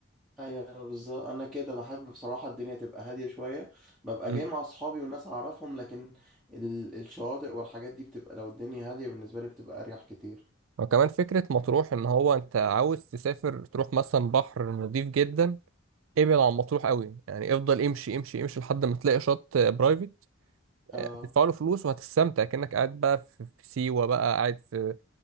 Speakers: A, in the centre; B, on the right (about 80°).
A: ايوه بالظبط انا كده بحب بصراحه الدنيا تبقى هاديه شويه ببقى
B: مم.
A: جاي مع اصحابي وناس اعرفهم لكن ال... الشواطئ والحاجات دي بتبقى لو الدنيا هاديه بالنسبه لي بتبقى اريح كتير
B: وكمان فكرة مطروح إن هو أنت عاوز تسافر تروح مثلا بحر نظيف جدا ابعد عن مطروح قوي يعني افضل امشي امشي امشي لحد ما تلاقي شط برايفت
A: اه
B: هتدفع له فلوس وهتستمتع كأنك قاعد بقى في في سيوة بقى قاعد في